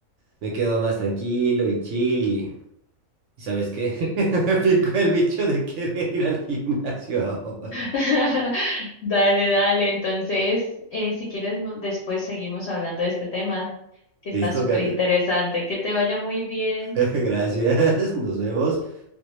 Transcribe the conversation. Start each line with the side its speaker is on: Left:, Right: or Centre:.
Right: Me quedo más tranquilo y chill y... ¿Y sabes qué? <laughs> Me picó el bicho de querer ir al gimnasio ahora.
Left: <laughs> Dale, dale. Entonces, eh, si quieres, mo- después seguimos hablando de este tema, que está
Right: Listo,
Left: súper
Right: Kate.
Left: interesante. Que te vaya muy bien.
Right: <laughs> Gracias. Nos vemos.